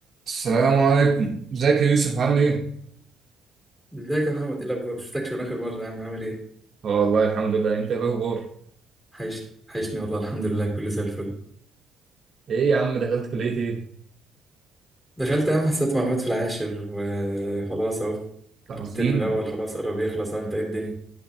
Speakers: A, on the right; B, on the left.
A: السلام عليكم ازيك يا يوسف عامل ايه؟
B: ازيك يا محمد ايه الاخبار شفتكش من اخر مره يا عم عامل ايه
A: اه والله الحمد لله انت ايه الاخبار؟
B: حيشني حيشني والله الحمد لله كله زي الفل
A: ايه يا عم دخلت كلية ايه؟
B: دخلت اهم حسابات معلومات في العاشر وخلاص اهو
A: أنت
B: الترم
A: حزين
B: الاول خلاص قرب يخلص اهو انت ايه الدنيا